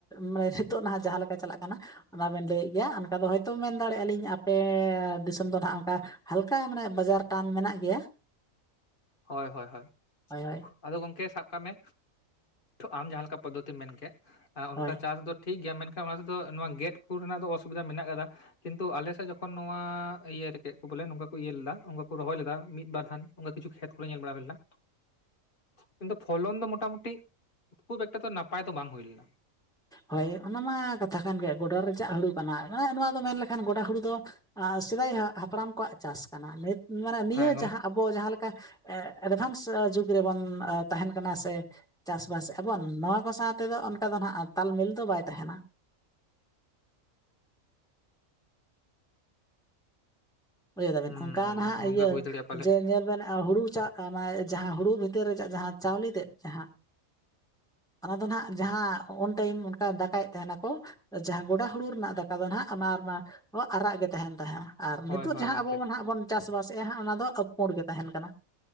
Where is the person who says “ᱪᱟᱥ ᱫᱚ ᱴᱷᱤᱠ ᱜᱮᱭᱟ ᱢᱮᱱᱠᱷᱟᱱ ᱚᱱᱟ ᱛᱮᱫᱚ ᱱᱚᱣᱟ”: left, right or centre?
Left